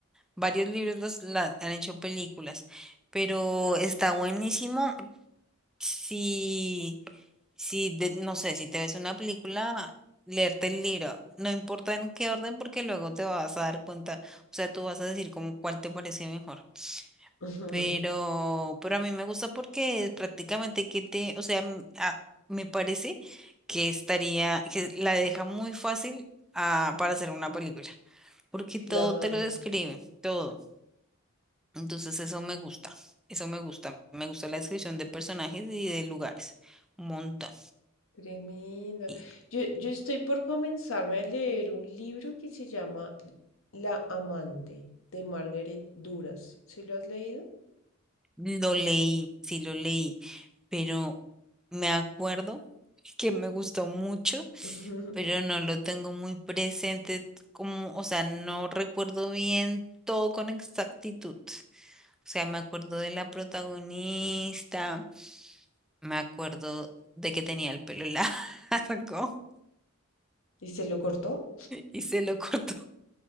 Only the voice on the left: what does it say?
<laughs>
Claro,
tremendo.
Yo, yo estoy por comenzarme a leer un libro que se llama La amante de Margaret Duras. ¿Sí lo has leído?
<laughs>
¿Y se lo cortó?